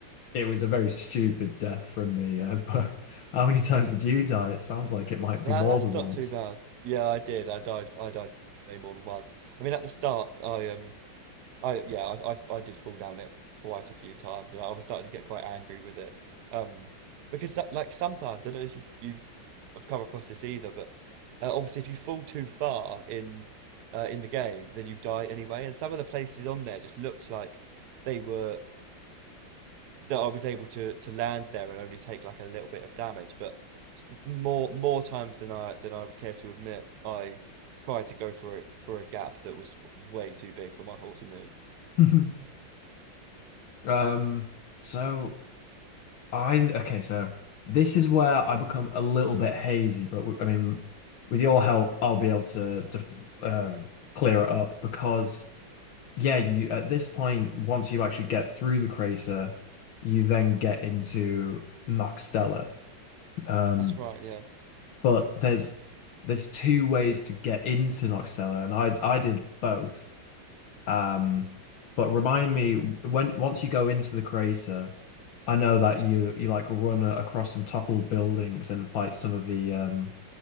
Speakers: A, on the left; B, on the right.
A: it was a very stupid death from me. Uh, <laughs> but how many times did you die? It sounds like it might be
B: Well,
A: more
B: that's
A: than
B: not
A: once.
B: too bad. Yeah, I did. I died. I died way more than once. I mean, at the start, I um I yeah I I, I did fall down it quite a few times, and I was starting to get quite angry with it. Um. Because that, like sometimes I don't know if you, you I've come across this either, but uh, obviously, if you fall too far in uh, in the game, then you die anyway. And some of the places on there just looked like they were that I was able to to land there and only take like a little bit of damage. But more more times than I than I would care to admit, I tried to go for a for a gap that was way too big for my horse and me.
A: <laughs> Um, so. I okay, so this is where I become a little bit hazy, but w- I mean, with your help, I'll be able to, d- um, clear it up because yeah, you at this point, once you actually get through the crater, you then get into Noxtella. Um,
B: That's right, yeah.
A: but there's there's two ways to get into Noxtella, and I I did both. Um, but remind me when once you go into the crater, I know that you you like run a- across some toppled buildings and fight some of the um